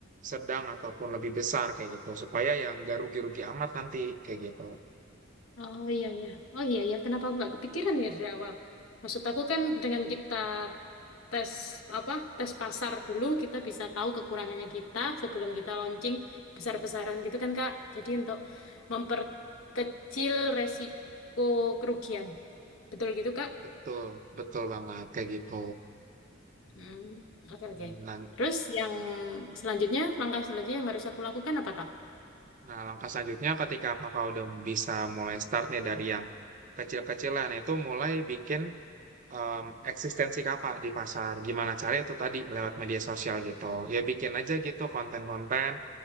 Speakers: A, on the right; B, on the left.
A: sedang ataupun lebih besar kayak gitu. Supaya yang gak rugi-rugi amat nanti kayak gitu.
B: Oh iya iya. Oh iya iya. Kenapa aku nggak kepikiran ya dari awal? Maksud aku kan dengan kita tes apa tes pasar dulu kita bisa tahu kekurangannya kita sebelum kita launching besar-besaran gitu kan Kak. Jadi untuk memperkecil resiko kerugian. Betul gitu Kak?
A: Betul, betul banget kayak gitu.
B: Hmm, Oke,
A: Hmm,
B: oke.
A: Nah,
B: Terus yang selanjutnya, langkah selanjutnya yang harus aku lakukan apa, Kak?
A: Nah, langkah selanjutnya ketika kakak udah bisa mulai start nih dari yang kecil-kecilan itu mulai bikin em, eksistensi kakak di pasar. Gimana caranya itu tadi lewat media sosial gitu. Ya bikin aja gitu konten-konten